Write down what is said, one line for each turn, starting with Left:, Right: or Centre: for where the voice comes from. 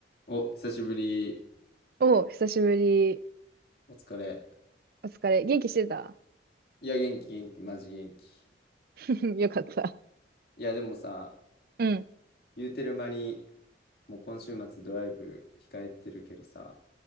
Left: お、久しぶり。
Right: お久しぶり。
Left: お疲れ。
Right: お疲れ。元気してた
Left: いや、元気元気、マジ元気。
Right: <laughs> よかった。
Left: いや、でもさ、
Right: うん。
Left: 言うてる間に、もう今週末ドライブ控えてるけどさ、